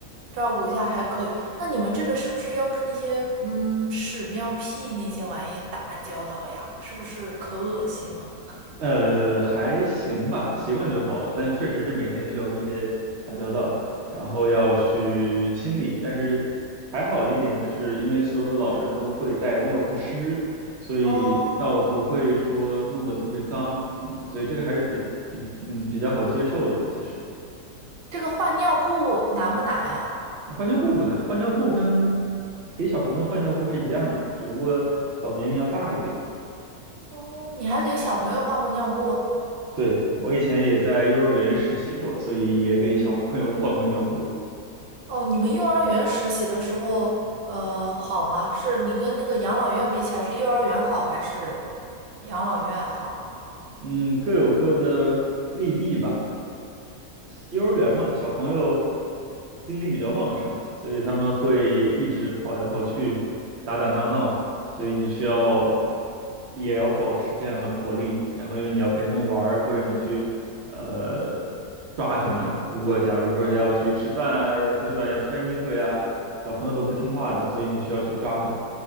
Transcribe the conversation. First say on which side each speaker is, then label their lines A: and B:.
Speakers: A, on the right (about 75°); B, on the right (about 55°).
A: 照顾一下还可以。那你们这个是不是要跟那些嗯屎尿屁那些玩意打交道呀？是不是可恶心了？
B: 呃，还行吧，习惯就好了。但确实是每天需要跟这些打交道，然后要去清理。但是还好的一点，就是因为所有的老人都会带尿不湿，所以倒不会说弄得特别脏。
A: 哦，
B: 嗯，所以这个还是比比嗯比较好接受的。其实
A: 这个换尿布难不难呀？
B: 换尿布不难，换尿布跟给小朋友换尿布是一样的，只不过老年人要大一点。
A: 哦，你还给小朋友换过尿布？
B: 对，我以前也在幼儿园实习过，所以也给小朋友换过尿布。
A: 哦，你们幼儿园实习的时候，呃，好吗？是你跟那个养老院比起来，是幼儿园好还是养老院好啊？
B: 嗯，各有各的利弊吧。幼儿园嘛，小朋友精力比较旺盛，所以他们会一直跑来跑去，打打闹闹，所以你需要也要保持这样的活力。然后，因为你要陪他们玩儿或者你要去呃抓他们。如果假如说要去吃饭啊，要出去玩，要穿衣服呀，小朋友都不听话的，所以你需要去抓他们。